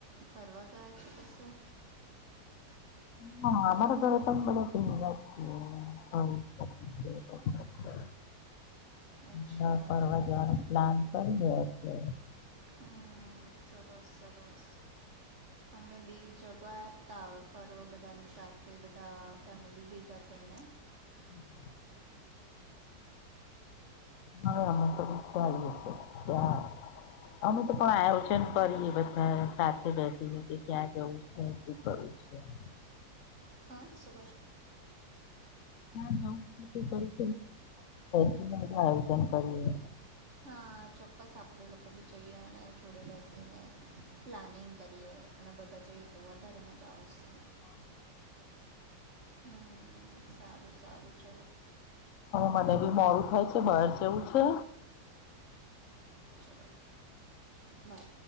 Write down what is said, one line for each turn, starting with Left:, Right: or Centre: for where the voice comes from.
Right: ફરવા ગયા છે શૂ
Left: હ અમારે ઘરે તમે બડ પી <unintelligible>
Right: અચ્છા
Left: <unintelligible> ફરવા
Right: બરોબર
Left: જવાનું પ્લાન કરી રહ્યા છે.
Right: હમ સરસ, સરસ. અમે બી ફ બધાની સાથે બા ફેમિલી એને
Left: હમ્મ <unintelligible> અમે તો પણ આયોજન કરીએ બધા સાથે બેસીએ કે ક્યાં જવું શું કરું <unintelligible>
Right: હા સુ
Left: ત્યાં જવું કર આયોજન કરી
Right: હા ચોક્કસ આપડે લોકો બી જઈએ અને જોડે બેસીને પ્લાનિંગ કરીએ. અને બધા જઈએ તો વધારે મજા આવશે.
Left: હા
Right: હમ સારું સારું છે.
Left: મને બી મોડું થાય છે, બાર જેવું છે.
Right: હ બાય